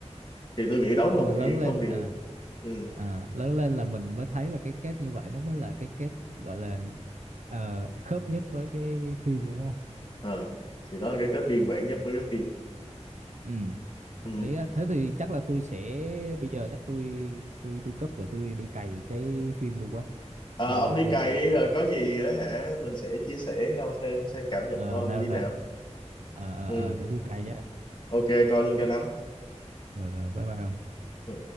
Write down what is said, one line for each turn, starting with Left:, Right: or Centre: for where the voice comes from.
Left: thì tôi nghĩ đó cũng
Right: khi
Left: là
Right: mà
Left: một
Right: lớn
Left: trong những
Right: lên
Left: thông điệp
Right: à,
Left: ừ.
Right: à lớn lên là mình mới thấy là cái kết như vậy nó mới là cái kết gọi là ờ, khớp nhất với cái phim đúng không?
Left: à. thì đó là cái cái viên mãn nhất của cái phim
Right: Ừ, hợp
Left: ừ.
Right: lý á. Thế thì chắc là tôi sẽ bây giờ chắc tôi tôi tôi cấp để tôi đi cày cái phim luôn quá.
Left: Ờ,
Right: Nghe
Left: ông đi
Right: nghe
Left: cày
Right: gì
Left: đi
Right: rồi.
Left: rồi có gì á hả mình sẽ chia sẻ nhau thêm xem cảm nhận
Right: Ờ
Left: của ông
Right: nào
Left: như thế
Right: nào.
Left: nào
Right: Ờ ờ
Left: ừ
Right: ờ để tôi cày nha.
Left: ok coi luôn cho nóng
Right: Rồi rồi bye bye. ông.
Left: Ừ.